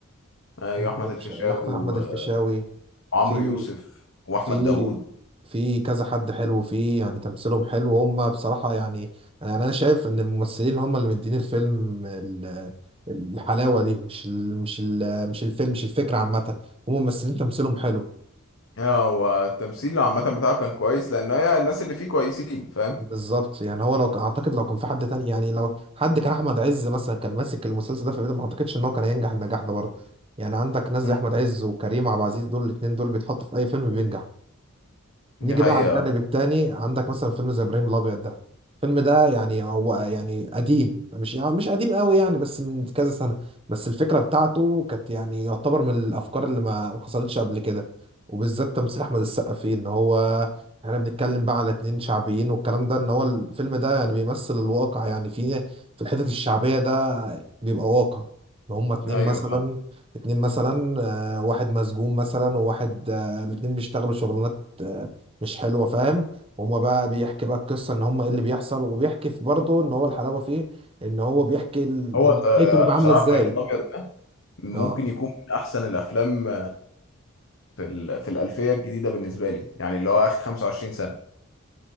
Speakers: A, on the left; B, on the right.
A: ايوه
B: ابن
A: احمد
B: الفيشاوي-
A: الفيشاوي
B: احمد أحمد
A: و-
B: الفيشاوي
A: وعمرو
B: في
A: يوسف واحمد
B: في
A: داوود
B: في كذا حد حلو فيه يعني تمثيلهم حلو هم بصراحة يعني يعني أنا شايف إن الممثلين هم اللي مدين الفيلم ال- الحلاوة دي مش ال مش ال مش الفيلم مش الفكرة عامة هم ممثلين تمثيلهم حلو
A: هو التمثيل عامة بتاعه كان كويس لأن هي الناس اللي فيه كويسين فاهم
B: بالظبط يعني هو لو كان- أعتقد لو كان في حد تاني يعني لو حد كان أحمد عز مثلا كان ماسك المسلسل ده في بداية ما أعتقدش إن هو كان هينجح النجاح ده برضه يعني عندك ناس زي
A: مم.
B: أحمد عز وكريم عبد العزيز دول الاتنين دول بيتحطوا في أي فيلم بينجح نيجي
A: دي حقيقة
B: بقى على الجانب التاني عندك مثلا فيلم زي ابراهيم الابيض ده الفيلم ده يعني هو يعني قديم مش يعني مش قديم قوي يعني بس من كذا سنه بس الفكره بتاعته كانت يعني يعتبر من الافكار اللي ما ما حصلتش قبل كده وبالذات تمثيل احمد السقا فيه ان هو احنا بنتكلم بقى على اتنين شعبيين والكلام ده ان هو الفيلم ده يعني بيمثل الواقع يعني في في الحتت الشعبيه ده بيبقى واقع ان هما اتنين
A: أيوة
B: مثلا
A: فاهم
B: اتنين مثلا آه، واحد مسجون مثلا وواحد آه، الاتنين بيشتغلوا شغلانات آه، مش حلوه فاهم هما بقى بيحكي بقى القصه ان هما ايه اللي بيحصل وبيحكي في برضه ان هو الحلاوه فيه ان هو بيحكي ال...
A: هو
B: ان
A: ت-
B: نهايته بيبقى
A: أنا بصراحة
B: عامله ازاي
A: إبراهيم الأبيض ده ممكن
B: اه
A: يكون من أحسن الأفلام في ال... في الألفية الجديدة بالنسبة لي يعني اللي هو آخر 25 سنة